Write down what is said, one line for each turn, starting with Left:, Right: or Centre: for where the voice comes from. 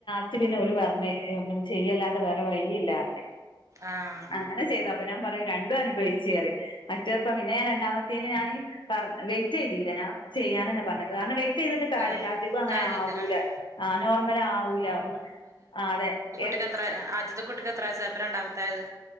Left: റ്റ് പിന്നെ ഓല് പർഞ്ഞ് ഏ നമ്മള് ചെയ്യല്ലാതെ വേറെ വഴി ഇല്ലാർഞ്ഞ്
Right: ആഹ്
Left: അങ്ങനെ ചെയ്തതാ അപ്പൊ ഞാൻ പറയും രണ്ടും അനുഭവിച്ച്പറിം മറ്റേപ്പം പിന്നെ ഞാന് രണ്ടാമത്തേന് ഞാന് വെയിറ്റ് ചെയ്തീലാ ഞാൻ ചെയ്യാൻന്നെ പർഞ്ഞ് കാരണം വെയ് റ്റെയ്തിട്ട് കാര്യല്ല
Right: ആഹ്
Left: അധികു അങ്ങനെ
Right: കാര്യല്ല
Left: ആവൂലാ
Right: ആഹ്
Left: ആ നോർമൽ ആവൂലാ ആ അതെ എപ്പ
Right: ഇത് എത്ര ആദ്യത്തെ കുട്ടിക്ക് എത്ര വയസ്സായപ്പ രണ്ടാമത്തെ ആയത്